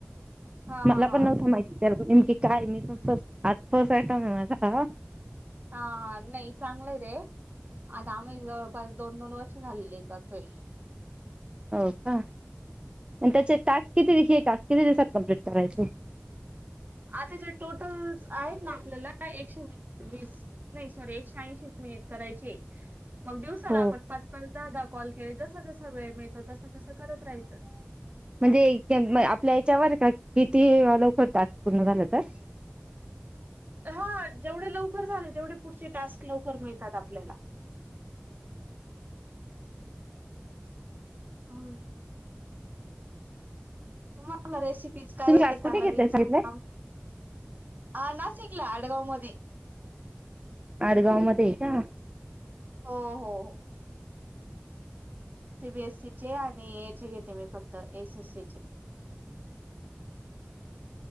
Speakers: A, on the right; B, on the right.
A: हा
B: मला
A: हा
B: पण
A: हा
B: नव्हतं माहिती त्या नेमकी काय मी पण फ आत फर्स्ट टाइम आहे माझा आता हा.
A: हा हा. नाही चांगलय ते. अग आम्ही जवळपास दोन दोन वर्ष झालेले करतोय.
B: हो का आणि त्याचे टास्क किती <unintelligible> हे टास्क किती दिवसात कंम्पलीट करायचे?
A: आता जे टोटल आहेत ना आपल्याला <unintelligible> एकशेवीस नाही सॉरी एकशे ऐंशी मिनिट करायचेत. मग दिवसाला
B: हो
A: आपण पाच पाच दहा दहा कॉल केले जस जसा वेळ मिळतो तस तसं करत राहायचं.
B: म्हणजे <unintelligible> आपल्या याच्यावर का किती लवकर टास्क पूर्ण झालं तर
A: हा जेवढे लवकर झाले तेवढे पुढचे टास्क लवकर मिळतात आपल्याला हं <inaudible> तुम्हां <unintelligible> रेसिपीज काय
B: तुम्ही क्लास
A: येता
B: कुठे घेतलाय
A: नवीन
B: सांगितलंय
A: सांगा? आ नासिकला आडगावमध्ये
B: आडगावमध्ये का?
A: हो हो सी बीएससीचे आणि याचे घेते मी फक्त एस एस सी चे